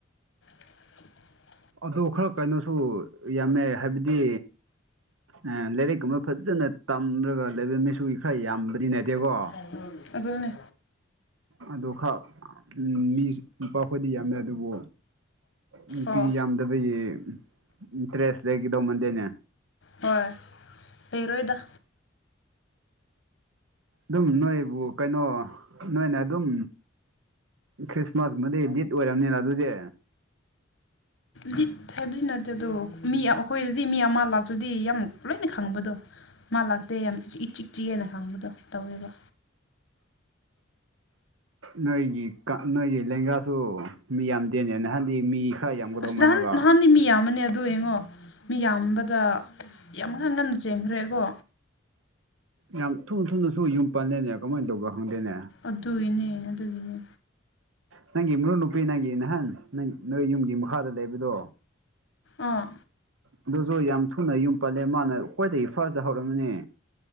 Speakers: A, on the left (about 65°); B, on the right (about 85°).
A: <inaudible>
B: ꯑꯗꯨ ꯈꯔ ꯀꯩꯅꯣꯁꯨ ꯌꯥꯝꯃꯦ ꯍꯥꯏꯕꯗꯤ ꯑ ꯂꯥꯏꯔꯤꯛꯀꯨꯝꯕ ꯐꯖꯅ ꯇꯝꯂꯒ ꯂꯩꯕ ꯃꯤꯁꯨꯒꯤ ꯈꯔ ꯌꯥꯝꯕꯗꯤ ꯅꯗꯦꯀꯣ
A: ꯑꯗꯨ ꯑꯗꯨꯅꯦ
B: ꯑꯗꯨ ꯈꯔ ꯃꯤ ꯂꯄꯥ ꯑꯩꯈꯣꯏꯗꯤ ꯌꯥꯝꯗꯦ ꯑꯗꯨꯕꯨ ꯅꯨꯄꯤꯤ
A: ꯑꯣ
B: ꯌꯥꯝꯗꯕꯒꯤ ꯏꯟꯇꯔꯦꯁ ꯂꯩꯒꯗꯧ ꯃꯟꯗꯦꯅꯦ
A: ꯍꯣꯏ ꯂꯩꯔꯣꯏꯗ
B: ꯑꯗꯨꯝ ꯅꯣꯏꯕꯨ ꯀꯩꯅꯣ ꯅꯣꯏꯅ ꯑꯗꯨꯝ ꯈ꯭ꯔꯤꯁꯃꯥꯁꯃꯗꯤ ꯗꯤꯠ ꯑꯣꯏꯔꯕꯝꯅꯤꯅ ꯑꯗꯨꯗꯤ
A: ꯂꯤꯠ ꯍꯥꯏꯕꯗꯤ ꯅꯠꯇꯦ ꯑꯗꯣ ꯃꯤ ꯑꯩꯈꯣꯏꯗꯗꯤ ꯃꯤ ꯑꯃ ꯂꯥꯛꯇ꯭ꯔꯗꯤ ꯌꯥꯝ ꯂꯣꯏꯅ ꯈꯪꯕꯗꯣ ꯃꯥ ꯂꯥꯛꯇꯦ ꯌꯥꯝ ꯏ ꯆꯤꯛ ꯆꯤꯛꯏꯅꯦ ꯍꯥꯪꯕꯥꯗꯣ ꯇꯧꯔꯤꯕꯥ
B: ꯅꯣꯏꯒꯤ ꯅꯣꯏꯒꯤ ꯂꯦꯡꯒꯥꯁꯨ ꯃꯤ ꯌꯥꯝꯗꯦꯅꯦ ꯅꯍꯥꯟꯗꯤ ꯃꯤ ꯈꯔ ꯌꯥꯝꯒꯗꯧ
A: ꯑꯁ
B: ꯃꯥꯜꯂꯒ
A: ꯅꯍꯥꯟ ꯅꯍꯥꯟꯗꯤ ꯃꯤ ꯌꯥꯝꯃꯅꯦ ꯑꯗꯨ ꯌꯦꯡꯉꯣ ꯃꯤ ꯌꯥꯝꯕꯗ ꯌꯥꯝ ꯉꯟꯅ ꯉꯟꯅ ꯆꯦꯟꯈ꯭ꯔꯦꯀꯣ
B: ꯌꯥꯝ ꯊꯨꯅ ꯊꯨꯅꯁꯨ ꯌꯨꯝ ꯄꯜꯂꯦꯅꯦ ꯀꯃꯥꯏꯅ ꯇꯧꯕ ꯈꯪꯗꯦꯅꯦ
A: ꯑꯗꯨꯒꯤꯅꯦ ꯑꯗꯨꯒꯤꯅꯦ
B: ꯅꯪꯒꯤ ꯃꯔꯨꯞ ꯅꯨꯨꯄꯤ ꯅꯪꯒꯤ ꯅꯍꯥꯟ ꯅꯪ ꯅꯣꯏ ꯌꯨꯝꯒꯤ ꯃꯈꯥꯗ ꯂꯩꯕꯗꯣ
A: ꯑꯥ
B: ꯑꯗꯨꯁꯨ ꯌꯥꯝ ꯊꯨꯅ ꯌꯨꯝ ꯄꯜꯂꯦ ꯃꯥꯅ ꯈ꯭ꯋꯥꯏꯗꯒꯤ ꯐꯥꯔꯁꯇ ꯍꯧꯔꯝꯅꯤ